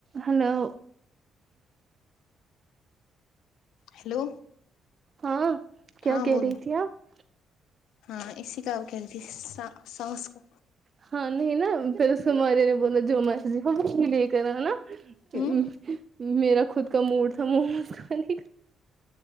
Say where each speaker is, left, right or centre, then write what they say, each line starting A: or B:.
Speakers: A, on the right (about 40°); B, on the left (about 80°).
A: hello
B: hello
A: ہاں کیا
B: ہاں
A: کہہ
B: بولو
A: رہی تھی آپ
B: ہاں اسی کا وہ کہ رہی تھی س سانس کا
A: <unintelligible>
B: ہ
A: میرا خود کا موڈ تھا موز کھانے کا